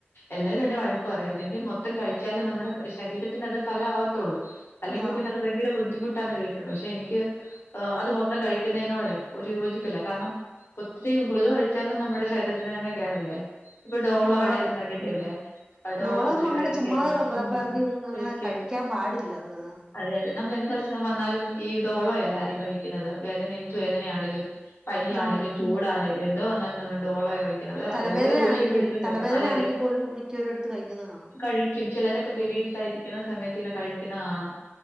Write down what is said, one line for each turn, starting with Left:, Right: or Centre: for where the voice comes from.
Left: എല്ലരും എന്നെ വഴക്ക് പറയും അതിന്റെ മൊത്തം കഴിച്ചാലെ നമ്മുടെ ശരീരത്തിന്അതു ഫല ത്തള്ളു അല്ലെങ്കിൽ
Right: ആഹ്
Left: പിന്നെ അത് ഭയങ്കര ബുദ്ധിമുട്ടാന്ന് കേട്ടിട്ടുണ്ട് പക്ഷെ എനിക്ക് അത് മൊത്തം കഴിക്കുന്നതിനോടെ ഒരു യോജിപ്പില്ല കാരണം ഒത്തിരി ഗുളിക കഴിച്ചാലും നമ്മുടെ ശരീരത്തിന് തന്നെ കേടല്ലേ ഇപ്പൊ ഡോളോയുടെ
Right: ആണാണ്
Left: ഒക്കെ കണ്ടിട്ടല്ലേ
Right: ഉം
Left: ഡോളോ
Right: ഡോളൊന്നും
Left: ഒത്തിരി
Right: അങ്ങനെ
Left: കഴിക്കരുതു
Right: ചുമ്മാതെ
Left: ഉം
Right: പെറക്കി ഒന്നും അങ്ങനെ
Left: കഴിക്കര്ത്
Right: കഴിക്കാൻ പാടില്ലത്
Left: അതെ അതെ നമ്മൾ എ അസുഖം വന്നാലും ഈ ഡോളോ അല്ലേ ആദ്യം കഴിക്കും ക്കന്നത് വേദന എന്ത് വേദനയാണെലും പനിയാണേലുംചൂടാണേലും
Right: ആന്ന് ഉം
Left: എന്തോ വന്നാലും നമ്മള് ഡോളയ കഴി
Right: തലവേദന
Left: അതുപോലെ ദൂഷ്യം
Right: ആണെങ്കിലും
Left: പിടിച്ചൊന്നില്ല
Right: തലവേദന
Left: അതെ
Right: ആണെങ്കിൽ
Left: അതെ
Right: പോലും മിക്കവരും എടുത്ത് കഴിക്കുന്നത് കാണാം
Left: കഴിക്കും ചിലരൊക്കെ പെരി
Right: ഉം
Left: ട്സായിരിക്കുന്ന സമയത്ത് കഴിക്കുന്ന കാണാം